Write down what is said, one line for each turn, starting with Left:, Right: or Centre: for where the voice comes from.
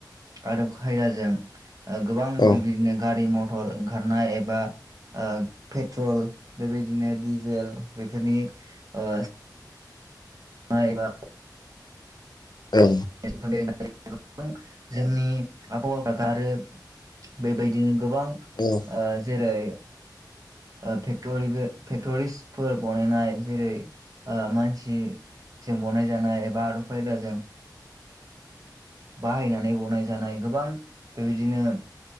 Right: आदब खायदाजों गोबां
Left: औ
Right: बेबायदिनो गारि मथर ओंखारनाय एबा ओ पेट्रल बेबायदिनो डिजेल बेफोरनि ओ मायबा
Left: औ
Right: गोबां जोंनि आबहावा गारो बेबायदिनो गोबां
Left: औ
Right: ओ जेरै ओ फेक्टरिबो फेक्टरिसफोर बानायनाय जेरै मानसिजों बनाय जानाय एबा आदब खायदाजों बाहायनानै बनाय जानाय गोबां बेबायदिनो